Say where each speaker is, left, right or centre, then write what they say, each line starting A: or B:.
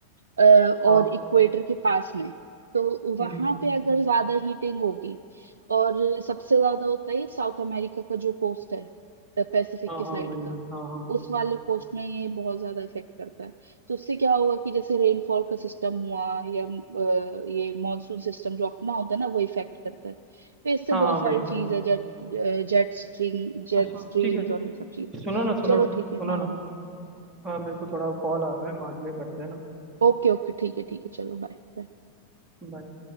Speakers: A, on the right (about 70°); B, on the right (about 20°).
A: अ, और
B: हाँ
A: इक्वेटर के पास में तो वहां
B: हम्म हम्म,
A: पे अगर ज्यादा हीटिंग होगी और सबसे ज्यादा होता है साउथ अमेरिका का जो कोस्ट है पैसिफिक
B: हाँ
A: के साइड
B: हाँ वही
A: का
B: वही हाँ हाँ
A: उस वाले कोस्ट में ये बहुत ज्यादा इफेक्ट करता है तो उससे क्या होगा कि जैसे रेनफॉल का सिस्टम हुआ या अ, ये मॉनसून सिस्टम जो अपना होता है ना वो इफेक्ट करता है तो इससे
B: हाँ हाँ
A: बहुत सारी
B: वही
A: चीज है jet jet stream jet
B: अच्छा,
A: streams
B: ठीक है
A: और ये सब चीज
B: सुनो ना सुनो
A: चलो
B: सुनो
A: ठीक है हाँ
B: ना
A: हाँ
B: अ, मेरे को थोड़ा कॉल आ रहा है बाद में करते हैं ना
A: ओके ओके ठीक है ठीक है चलो बाय
B: Bye.